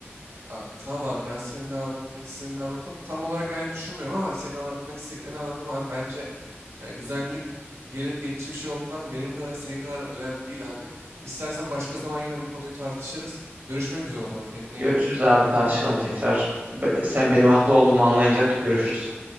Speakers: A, on the right; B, on the right.
A: Aa, tamam abi ben senin de anlatmak istediğini anladım. Tam olarak aynı düşünmüyorum ama senin anlatmak istediklerini anladım abi. Bence yani güzellik gelip geçici bir şey olduğundan benim kadar senin kadar önemli değil abi. İstersen başka zaman yine bu konuyu tartışırız. Görüşmek üzere o zaman kendine iyi
B: Görüşürüz
A: bak.
B: abi tartışalım tekrar. Be- be- Sen benim haklı olduğumu anlayınca görüşürüz.